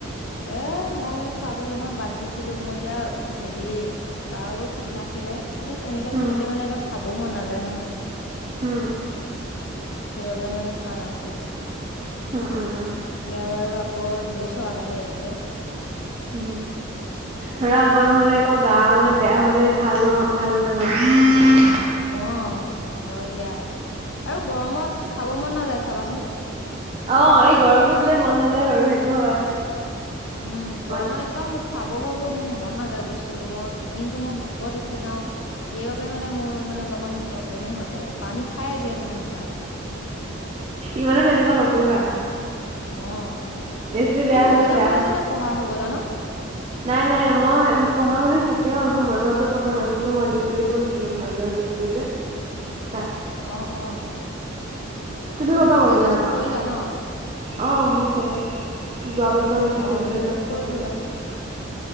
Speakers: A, on the left (about 70°); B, on the right (about 30°).
A: এ, মই মানে খোৱাাটো অলপমান বাদ দিছিলো মোই এতিয়া হেৰি গাওঁ ঠিক নাছিলে তাৰ পিছত তেনেকে
B: হম
A: থাকিলে মানে আকৌ খাবও মন নাযায় নহয়
B: হু
A: সেইবাবে মানে খোৱা নাছিলো,
B: হম উম
A: এতিয়া বাৰু আকৌ ধৰি চোৱালাহে কে
B: উ, ধৰা আগৰ নহলে আকৌ গা মানে বেয়া হলে ভাল ন ভাল নহয় ন
A: অ হয় দিয়া আৰু গৰমত খাৱ মন নাযায় চাবাচুন
B: অ', এই গৰমটুদিলে মন নাযায় বাৰু সেইটো হয়
A: উম গৰমত
B: মানে
A: একদম মুখা কৰিব মোৰ মন নাযায় বস্তু মই দিনটো মই ভোকত ৰখি যাও সেইবাবে মানে মোৰ ম অলপমান পব্লেমে হৈ যায় পানী খাই জীয়াই থকা নিচিনা থাকু
B: ইমানে তেনেকুৱা নকৰিবা
A: অ হয় দিয়া
B: বেছি
A: তুমি
B: বেয়া হ'লে
A: মৰিগাঁও
B: বেয়া
A: কলেজতে
B: হ'ব
A: পঢ়া হবলা ন
B: নাই নাই মই পঢ়া মানে শেষে হ'ল মোৰ মৰিগাঁওত পঢ়া নাছিলো মই জি টু ই পঢ়িছিলো মৰিগাঁও দিকিলি যে
A: <unintelligible>
B: তাত
A: অ অ অ
B: ক'ৰ
A: তুমি
B: পৰা কৰিলা
A: গ্ৰেজুৱেচন
B: আকৌ
A: কৰিলা ন
B: অ মোৰ শেষ যোৱা বছৰ হৈছে
A: অ',
B: দুহেজাৰ
A: ময়ো কৰিলো
B: পঁচিছত
A: বাৰু।